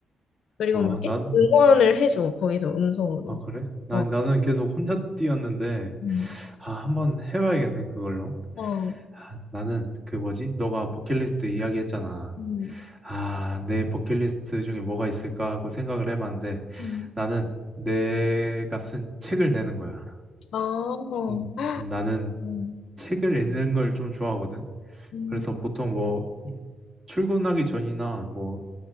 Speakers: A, on the left (about 75°); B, on the right (about 30°).
A: 그리고
B: 아,
A: 막 계속
B: 난,
A: 응원을 해줘, 거기서 음성으로.
B: 아, 그래? 나,
A: 어,
B: 나는 계속 혼자 뛰었는데,
A: 음,
B: 아, 한번 해봐야겠네, 그걸로.
A: 어,
B: 아, 나는, 그 뭐지? 너가 버킷리스트 이야기 했잖아.
A: 음,
B: 아, 내 버킷리스트 중에 뭐가 있을까 하고 생각을 해봤는데,
A: 음,
B: 나는 내가 쓴 책을 내는 거야.
A: 아, 어,
B: 음,
A: 헉,
B: 나는
A: 음,
B: 책을 읽는 걸 좀 좋아하거든.
A: 음,
B: 그래서 보통 뭐, 이- 출근하기 전이나 뭐,